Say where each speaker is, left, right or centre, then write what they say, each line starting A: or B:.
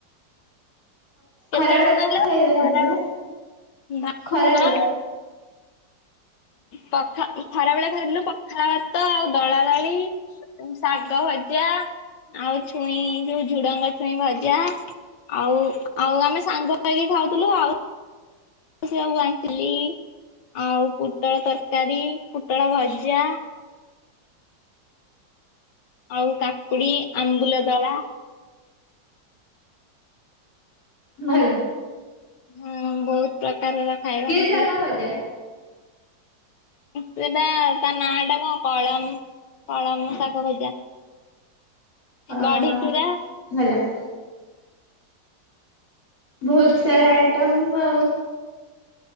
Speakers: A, on the left; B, on the left.
A: କେତେବେଳେ
B: ଖରାବେେଳେ
A: କହିଲ
B: କଣ ଖାଇବା ହେଇଥିଲା
A: ଖରା ଭାତ
B: ଖରାବେେଳେ।
A: ପଖା ଖରାବେଳେ ଖାଇଥିଲୁ ପଖାଳ ଭାତ ଆଉ ଦଳା ଦଳି। ଶାଗ ଭଜା ଆଉ ଛୁଇଁ ଯୋଉ ଝୁଡଙ୍ଗ ଛୁଇଁ ଭଜା। ଆଉ ଆଉ ଆମେ ସାଙ୍ଗ ହେଇକି ଖାଉଥିଲୁ ଆଉ ମୁ ସେଇଆକୁ ବାଣ୍ଟିଲି ଆଉ ପୋଟଳ ତରକାରୀ ପୋଟଳ ଭଜା। ଆଉ କାକୁଡି ଆମ୍ବୁଲ ଦଳା।
B: ଭଲ।
A: ହଁ ବହୁତ ପ୍ରକାରର ଖାଇବା
B: କି
A: ଏମିତି
B: ଶାଗ ଭଜା?
A: ସେଟା ତା ନାଁ ଟା କଣ କଳମ୍ କଳମ ଶାଗ ଭଜା।
B: ଓହୋ
A: ବଢି ଚୁରା
B: ଭଲ। ବହୁତ
A: ହଁ
B: ସାରା ଆଇଟମ୍ ଆଉ